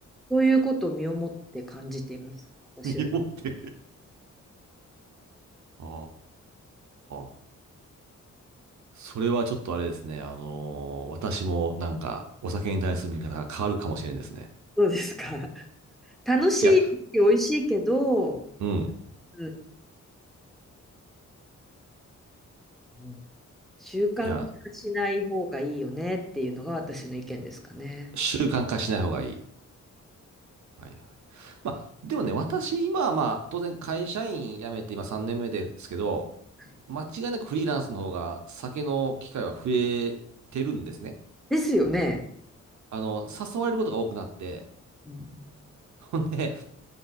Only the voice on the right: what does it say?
<laughs>
身をもって。ああ。それはちょっとあれですね。あのー私もなんかお酒に対する見方が変わるかもしれんですね。
いや、
うん。
いや、習慣化しない方がいい。はいはい。まあ、でもね、私、今はまあ、当然会社員辞めて今3年目ですけど、
間違いなくフリーランスの方が酒の機会は増えてるんですね。
あの、誘われることが多くなって、
<laughs> ほんで、